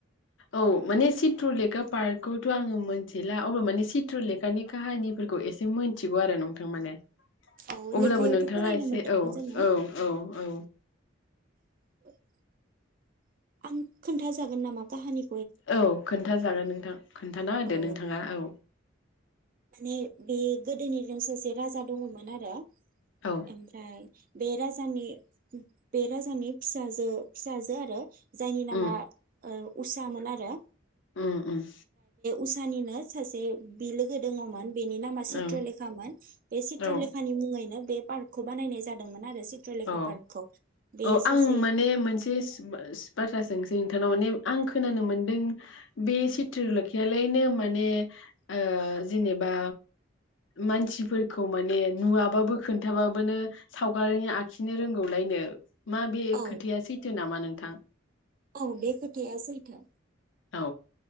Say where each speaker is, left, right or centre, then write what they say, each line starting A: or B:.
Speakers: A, on the left (about 75°); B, on the right (about 45°).
A: औ माने सिथ्रलेखा पार्क खौथ' आङो मोनथिला अब्लाबो माने सित्रलेकानि काहानिफोरखौ एसे मोथिगौ आरो नोंथां माने ।
B: औ
A: अब्लाबो
B: लेखायावथ'
A: नोंथाङा
B: फरायनो
A: एसे
B: मोनदोंमोन
A: औ
B: जोङो
A: औ औ औ।
B: <inaudible> आं खिनथाजागोन नामा काहानि
A: औ खोनथा जागोन नोंथां। खोनथाना होदो
B: औ
A: नोंथाङा औ।
B: माने बे गोदोनिनाव सासे राजा दङमोन आरो।
A: औ
B: ओमफ्राय बे राजानि बे राजानि फिसाजो फिसाजो आरो जायनि नामा
A: उम
B: ओं उसामोन आरो।
A: उम उम।
B: उसानिनो सासे बिलोगो दङमोन। बेनि नामा सित्रलेखामोन
A: ओं
B: बे सित्रलेखानि
A: औ
B: मुङैनो बे पार्कखौ बानायनाय जादोंमोन आरो। चित्रलेखा
A: अ
B: पार्कखौ बे
A: औ
B: सासे
A: आं माने मोनसे बाथ्रा सों नोंथांनाव माने आं खोनानो मोनदों बे सिथ्रलेखायालायनो माने ओ जेनेबा मानसिफोरखौ माने नुवाबाबो खोनथाबाबोनो सावगारि आख खिनो रोंगौलायनो। मा बे
B: औ
A: खोथाया सैथो नामा नों थां।
B: औ बे खोथाया सैथो।
A: औ